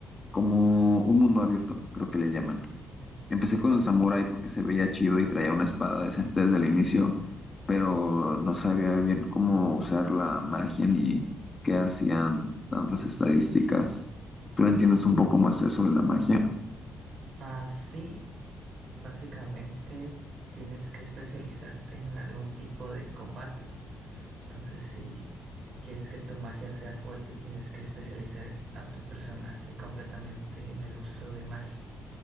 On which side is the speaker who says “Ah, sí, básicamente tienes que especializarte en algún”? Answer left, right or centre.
Right